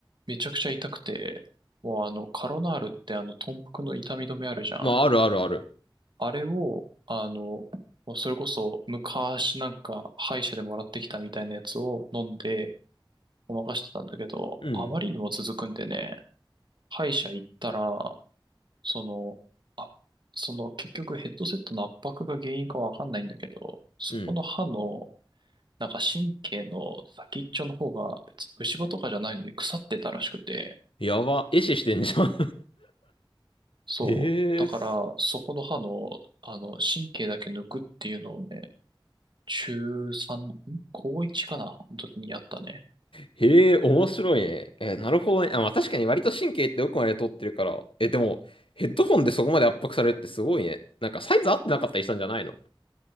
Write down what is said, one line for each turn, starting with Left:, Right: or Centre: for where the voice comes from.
Right: めちゃくちゃ痛くて、もうあの、カロナールってあの、豚腹の痛み止めあるじゃん。
Left: まあ、あるあるある。
Right: あれを、あの、もうそれこそ昔なんか歯医者でもらってきたみたいなやつを飲んでごまかしてたんだけど、
Left: うん。
Right: あまりにも続くんでね、歯医者行ったら、その、あ、その結局ヘッドセットの圧迫が原因かわかんないんだけど、そこの歯の、
Left: うん。
Right: なんか神経の先っちょの方が別に虫歯とかじゃないのに腐ってたらしくて、
Left: やば。壊死してんじゃん。
Right: そう。
Left: <laughs> ええす。
Right: だから、そこの歯の、あの、神経だけ抜くっていうのをね、中3、ん高1かなの時にやったね。
Left: へえ、面白いね。え、なるほどね。あ、まあ確かに割と神経って奥まで通ってるから。え、でも、ヘッドホンでそこまで圧迫されるってすごいね。なんかサイズ合ってなかったりしたんじゃないの